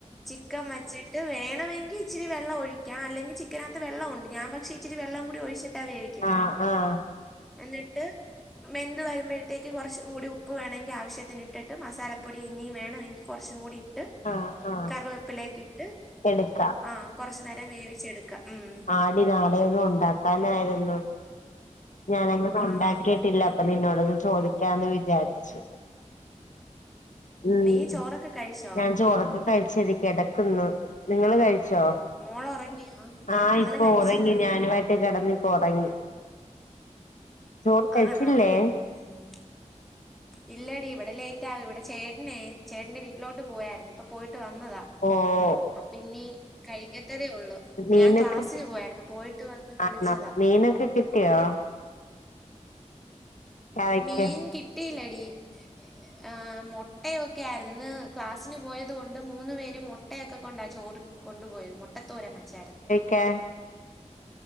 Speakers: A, in the centre; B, on the left.
A: ചിക്കൻ വച്ചിട്ട് വേണമെങ്കി ഇച്ചിരി വെള്ളം ഒഴിക്കാം അല്ലെങ്കി ചിക്കനകത്ത് വെള്ളമുണ്ട് ഞാൻ പക്ഷെ. ഇച്ചിരി വെള്ളം കൂടി ഒഴിച്ചിട്ടാ വേവിക്കുന്നത്
B: ആഹ് ആഹ്
A: എന്നിട്ട്. വെന്ത് വരുമ്പഴത്തേക്ക് കുറച്ചും കൂടി ഉപ്പ് വേണങ്കി ആവശ്യത്തിന് ഇട്ടിട്ട് മസാലപ്പൊടി ഇനിയും വേണമെങ്കി. കുറച്ചും കൂടി ഇട്ട്
B: ആഹ് ആഹ്
A: കറിവേപ്പിലയൊക്കെ ഇട്ട്
B: എടുക്കാം
A: ആഹ്. കുറച്ചു നേരം വേവിച്ചെടുക്കാം ഉം.
B: ആടി നാളെയൊന്ന് ഉണ്ടാക്കാനായിരുന്നു. ഞാനങ്ങനെ
A: ആണോ
B: ഉണ്ടാക്കിയിട്ടില്ല
A: ഉം
B: അപ്പൊ നിന്നോടത് ചോദിക്കാന്ന് വിചാരിച്ചു. ഉം
A: നീ ചോറൊക്കെ കഴിച്ചോ
B: ഞാൻ ചോറൊക്കെ കഴിച്ച് കെടക്കുന്നു നിങ്ങള് കഴിച്ചോ?
A: മോള് ഉറങ്ങിയോ
B: ആഹ്
A: ഞങ്ങള്
B: ഇപ്പൊ
A: കഴിച്ചില്ലടി
B: ഉറങ്ങി ഞാന്. കെടന്നു ഇപ്പ ഉറങ്ങി ചോറ് കഴിച്ചില്ലേ?
A: ആണോ ഉം.
B: <inaudible>
A: ഇല്ലടി ഇവിടെ ലേറ്റ് ആകും ഇവിടെ ചേട്ടനെ ചേട്ടന്റെ വീട്ടിലോട്ട് പോയായിരുന്നു ഇപ്പൊ പോയിട്ട് വന്നതാ.
B: ഓഹ്.
A: അപ്പ ഇനി കഴിക്കത്തതേ ഉള്ളൂ
B: മീനൊക്കെ
A: ഞാൻ ക്ലാസ്സിന് പോയായിരുന്നു പോയിട്ട് വന്ന് കുളിച്ചതാ.
B: ആണോ മീനൊക്കെ കി കിട്ടിയോ? കറിക്ക്
A: മീൻ കിട്ടിയില്ലടി. ആഹ് മുട്ടയൊക്കെ ആയിരുന്നു ഇന്ന് ക്ലാസിന് പോയത് കൊണ്ട് മൂന്നു പേരും മുട്ടയൊക്കെ. കൊണ്ടാ ചോറ് കൊണ്ടുപോയത് മുട്ടത്തോരൻ വെച്ചായിരുന്നു.
B: കേ.